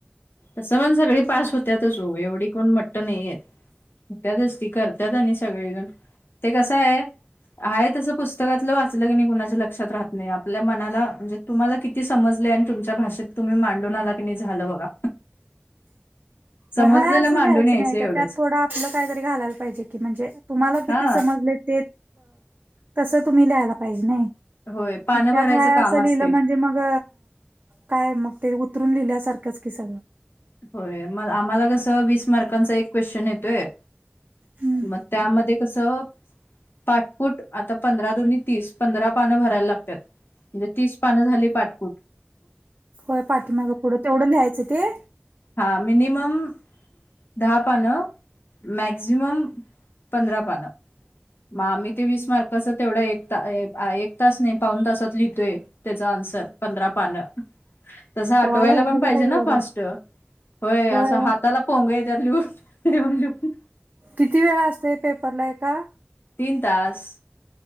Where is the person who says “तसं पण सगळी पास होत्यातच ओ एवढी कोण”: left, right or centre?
Left